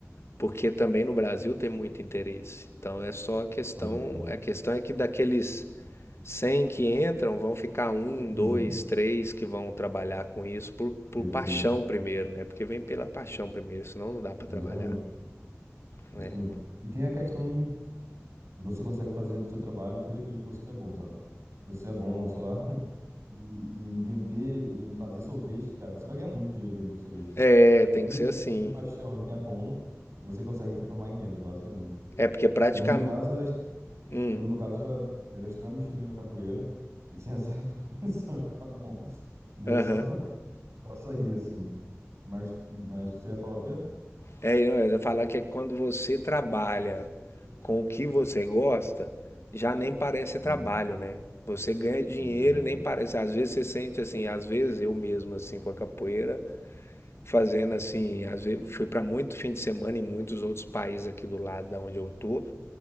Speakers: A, on the left; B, on the right.
A: Porque também no Brasil tem muito interesse. Então é só a questão,
B: pode crer.
A: a questão é que daqueles 100 que entram, vão ficar um,
B: Uhum.
A: dois, três que vão trabalhar com isso por, por
B: Perfeito.
A: paixão primeiro, né? Porque vem pela paixão primeiro, senão não dá para
B: Exatamente.
A: trabalhar, né?
B: Exatamente. E tem a questão de você consegue fazer do seu trabalho tudo aquilo que você é bom, sabe? Se você é bom, sei lá, E, e em vender, em fazer sorvete, cara, você vai ganhar muito dinheiro vendendo sorvete, sabe?
A: É, tem
B: E tudo
A: que
B: aquilo
A: ser assim.
B: que você tem paixão e que é bom, você consegue transformar em renda, basicamente.
A: É porque é praticamente,
B: No meu caso, era, extre-
A: hum,
B: eu, no meu caso, era, era extremamente ruim na capoeira e tinha zero <laughs> pretensão de ficar bom. Daí
A: aham.
B: eu só, <laughs> só saí, assim. Mas, mas você ia falar o quê?
A: É, eu ia falar que é quando você trabalha com o que você gosta, já nem parece
B: Sim,
A: trabalho, né? Você ganha dinheiro
B: perfeito.
A: e nem parece. Às vezes você sente assim, às vezes eu mesmo, assim, com a capoeira, fazendo assim, às vezes fui para muito fim de semana em muitos outros países aqui do lado da onde eu tô,